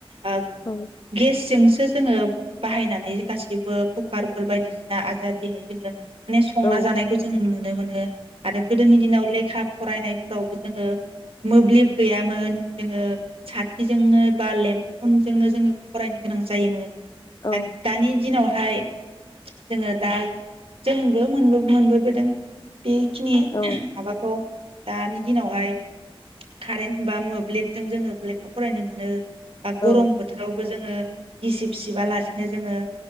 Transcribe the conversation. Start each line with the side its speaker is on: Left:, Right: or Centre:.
Right: ओ
Left: औ
Right: गेसजोंसो जोङो बाहायनानै गासैबो कुकारफोर बायदिसिना आजादिहाय जोङो माने संना
Left: औ
Right: जानायखौ जों नु नुनो मोनो। आरो गोदोनि दिनाव लेखा फरायनायफोरावबो जोङो मोब्लिब गैयामोन जोङो साथिजोंनो बा लेम थनजोंनो जोङो फरायनो गोनां जायोमोन।
Left: औ
Right: दा दानि दिनाव ओमफ्राय जोङो दा जोंबो मोनबो मोनबोबोदों। बेखिनि
Left: औ
Right: माबाखौ दानि दिनावहाय कारेन्ट बा मोब्लिबजों जोङो लेखा फरायनो मोनो। बा
Left: औ
Right: गरम बोथोरावबो जोङो गिसिब सिबा लासिनो जोङो